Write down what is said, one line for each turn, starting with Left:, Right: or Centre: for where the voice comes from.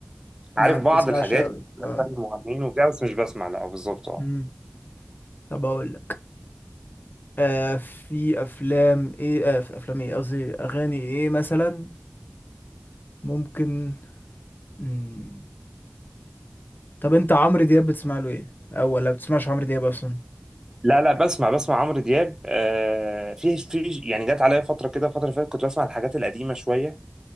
Left: ما
Right: عارف
Left: بتسمعش
Right: بعض الحاجات
Left: قوي
Right: أسامي
Left: اه
Right: المغنيين وكده بس مش بسمع لا بالظبط اه
Left: مم. طب اقول لك آه في افلام ايه آه في افلام ايه قصدي اغاني ايه مثلا ممكن مم. طب انت عمرو دياب بتسمع له ايه او ولا بتسمعش عمرو دياب اصلا
Right: لا لا بسمع بسمع عمرو دياب آه في في يعني جت عليا فتره كده الفتره اللي فاتت كنت بسمع الحاجات القديمه شويه